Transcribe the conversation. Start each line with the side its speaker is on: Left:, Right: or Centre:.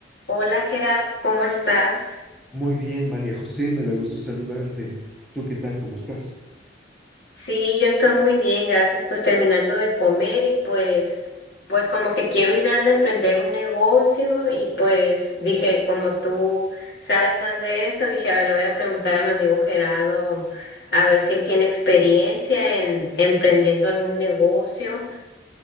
Left: Hola Gerardo, ¿cómo estás?
Centre: Muy bien, María José, me da gusto saludarte. ¿Tú qué tal? ¿Cómo estás?
Left: Sí, yo estoy muy bien, gracias. Pues terminando de comer y pues, pues como que quiero ideas de emprender un negocio y pues dije, como tú sabes más de eso, dije, a ver, le voy a preguntar a mi amigo Gerardo a ver si él tiene experiencia en emprendiendo algún negocio.